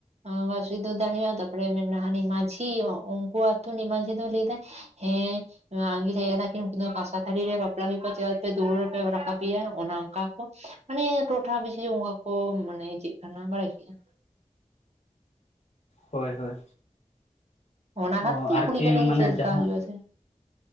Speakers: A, on the right (about 60°); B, on the left (about 60°).
A: ᱚᱝᱵᱟᱡ ᱱᱩᱭ ᱫᱚ ᱫᱟᱦᱲᱮᱼᱟ ᱛᱟᱯᱚᱨᱮ ᱢᱮᱱᱟ ᱦᱟᱱᱤ ᱢᱟᱹᱡᱷᱤ ᱩᱝᱠᱩ ᱟᱛᱳ ᱱᱤᱡ ᱢᱟᱹᱡᱷᱤ ᱫᱚᱭ ᱞᱟᱹᱭᱫᱟᱭ ᱦᱮᱸ ᱱᱚᱣᱟ ᱟᱸᱜᱤᱨ ᱦᱮᱡ ᱮᱱᱟ ᱠᱤᱱ ᱩᱱᱠᱤᱱ ᱫᱚ ᱠᱟᱥᱟ ᱛᱷᱟᱹᱨᱤ ᱨᱮ ᱵᱟᱯᱞᱟ ᱦᱩᱭ ᱠᱚᱣᱟ ᱪᱮᱫᱟᱜ ᱯᱮ ᱫᱟᱣᱲᱟ ᱯᱮ ᱨᱟᱠᱟᱵ ᱠᱮᱭᱟ ᱚᱱᱟ ᱚᱱᱠᱟ ᱠᱚ ᱢᱟᱱᱮ ᱴᱚᱴᱷᱟ ᱯᱤᱪᱷᱤ ᱚᱱᱠᱟ ᱠᱚ ᱢᱟᱱᱮ ᱪᱮᱫ ᱠᱟᱱᱟ ᱵᱟᱲᱟᱭ ᱪᱮᱼᱟ᱾
B: ᱦᱳᱭ ᱦᱳᱭ᱾
A: ᱚᱱᱟ ᱦᱟᱛ
B: ᱚ
A: ᱛᱤᱧ
B: ᱟᱨᱠᱤ
A: ᱠᱩᱞᱤ ᱠᱮᱞᱮᱞᱮ
B: ᱢᱟᱱᱮ
A: ᱪᱮ ᱞᱮᱠᱟ
B: ᱡᱟᱦᱟᱸ
A: ᱦᱩᱭᱩᱜ ᱟ ᱥᱮ